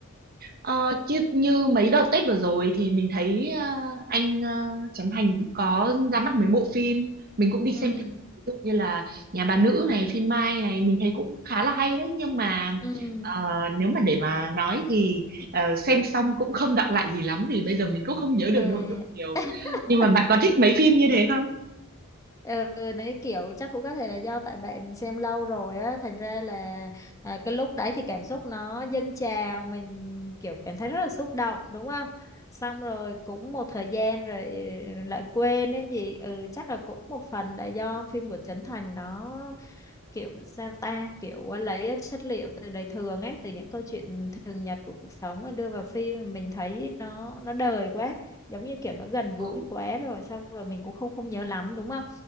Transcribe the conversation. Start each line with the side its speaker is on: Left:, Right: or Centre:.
Right: Ờ, chứ như mấy đợt Tết vừa rồi thì mình thấy ờ, anh ờ, Trấn Thành cũng có ra mắt mấy bộ phim mình cũng đi xem
Left: Ừ,
Right: thử. ví dụ như là Nhà bà nữ này phim Mai này mình thấy cũng khá là hay đấy nhưng mà
Left: ừ.
Right: ờ, nếu mà để mà nói thì ờ, xem xong cũng không đọng lại gì lắm vì bây giờ mình cũng không nhớ được
Left: À.
Right: nội dung nhiều
Left: <laughs>
Right: nhưng mà bạn có thích mấy phim như thế không?
Left: Ừ, nấy kiểu chắc cũng có thể là do tại bạn xem lâu rồi á thành ra là à, cái lúc đấy thì cảm xúc nó dâng trào mình kiểu cảm thấy rất là xúc động đúng không xong rồi cũng một thời gian rồi ừ, lại quên cái gì ừ chắc là cũng một phần là do phim của Trấn Thành nó kiểu sao ta kiểu à, lấy à, chất liệu từ đời thường ấy từ những câu chuyện thường nhật của cuộc sống mà đưa vào phim mình thấy nó nó đời quá giống như kiểu nó gần gũi
Right: Ừ,
Left: quá rồi xong rồi mình cũng không không nhớ lắm đúng không